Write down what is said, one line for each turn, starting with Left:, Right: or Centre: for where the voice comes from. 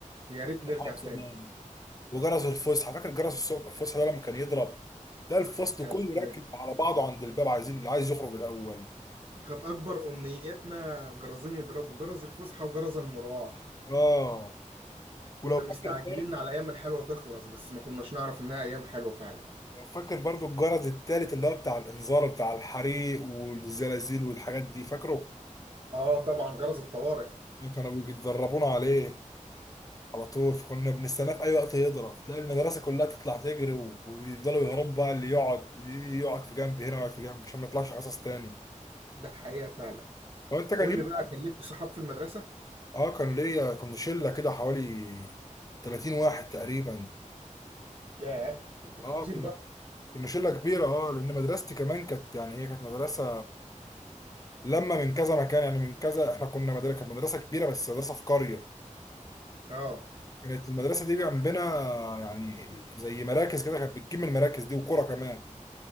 Right: يا ريت نرجع
Left: صحاب زمان
Right: تاني
Left: وجرس الفسحه فاكر جرس الصبح الفسحه ده لما كان يضرب تلاقي الفصل
Right: كانت
Left: كله
Right: <laughs>
Left: راكب على بعضه عند الباب عايزين اللي عايز يخرج الاول
Right: كانت أكبر أمنياتنا جرزين يضربوا جرس الفسحة وجرس المروح
Left: اه
Right: كنا
Left: ولو فاكر
Right: مستعجلين
Left: برضه
Right: على ايام الحلوه تخلص بس ما كناش نعرف انها ايام حلوه فعلا
Left: لو فاكر برضه الجرس التالت اللي هو بتاع الانذار بتاع الحريق والزلازل والحاجات دي فاكره
Right: اه طبعا جرس الطوارئ
Left: اللي كانوا بيدربونا عليه على طول فكنا بنستناه في اي وقت يضرب تلاقي المدرسه كلها تطلع تجري و- ويفضلوا يهربوا بقى اللي يقعد يقعد في جنب هنا ويقعد في جنب عشان ما يطلعش حصص تاني
Right: ده حقيقه فعلا
Left: هو انت كان
Right: قول
Left: يوم
Right: لي بقى كان ليك صحاب في المدرسه
Left: اه كان ليا كنا شله كده حوالي 30 واحد تقريبا
Right: ياه كنتوا
Left: اه
Right: كتير
Left: كن-
Right: بقى
Left: كنا شله كبيره اه لان مدرستي كمان كانت يعني هي كانت مدرسه لما من كذا مكان يعني من كذا احنا كنا مدرسه كانت مدرسه كبيره بس مدرسه في قريه
Right: اه
Left: كانت المدرسه دي جنبنا يعني زي مراكز كده كانت بتجيب من المراكز دي وكوره كمان